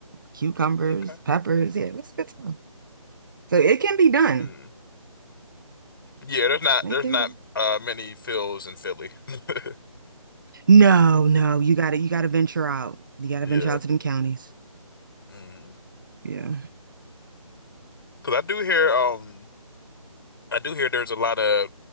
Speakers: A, on the right; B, on the left.
A: Cucumbers,
B: Okay.
A: peppers, yeah, it was a good time. So it can be done.
B: Hmm. Yeah, there's not
A: It
B: there's
A: can
B: not
A: be.
B: uh many Phils in Philly. <laughs>
A: No, no, you gotta you gotta venture out. You gotta
B: Yeah.
A: venture out to them counties.
B: hmm
A: Yeah.
B: Cause I do hear um I do hear there's a lot of